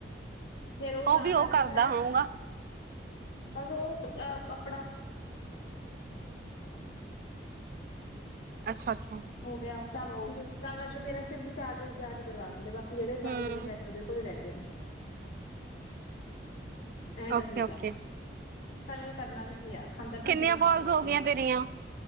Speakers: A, on the left; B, on the right.
A: ਫੇਰ ਉਹ ਤਾਂ
B: ਵੀ
A: ਕਰਕੇ
B: ਕਰਦਾ
A: ਫੇਰ ਆ,
B: ਹੋਊਗਾ
A: ਬਸ ਉਹ ਆਪਣਾ
B: ਅੱਛਾ- ਅੱਛਾ
A: ਹੋ ਗਿਆ, ਤਾਂ ਕਰਕੇ ਮੇਰਾ ਸਿਰਫ ਰਿਚਾਰਜ-ਰਿਚਾਰਜ ਕਰਵਾ ਦਿੰਦਾ, ਬਾਕੀ ਜਿਹੜੇ
B: ਹਮ
A: ਬਚਦੇ ਨੇ ਪੈਸੇ ਉਹਦੇ ਕੋਲ ਰਹਿੰਦੇ ਨੇ। ਐਂ ਤਾਂ
B: ਓਕੇ
A: ਠੀਕ
B: ਓਕੇ
A: ਆ, ਪਰ ਉਹਨੇ ਕਰਨਾ ਵੀ ਕੀ ਐ। ਖਾਂਦਾ ਪੀਦਾ
B: ਕਿੰਨੀਆਂ
A: ਤਾਂ
B: ਕਾਲਸ
A: ਘੱਟ ਵੱਧ
B: ਹੋ ਗਈਆਂ
A: ਐ,
B: ਤੇਰੀਆਂ